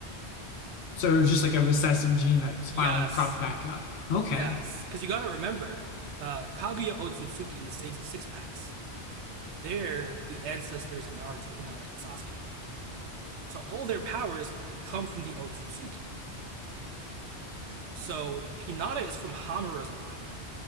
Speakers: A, on the left; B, on the right.
A: So it was just like a recessive gene that's finally
B: Yes,
A: propped back up. Okay.
B: yes. Because you gotta remember, uh, Kaguya Otsutsuki and the Sage of Six Paths, they're the ancestors of Naruto, Hinata, and Sasuke. So all their powers come from the Otsutsuki. So Hinata is from Hamura's line,